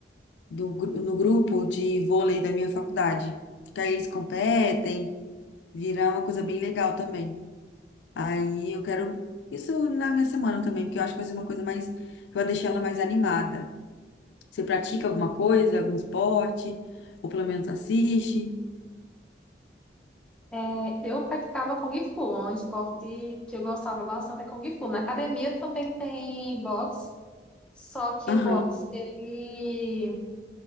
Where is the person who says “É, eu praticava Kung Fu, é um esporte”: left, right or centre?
Centre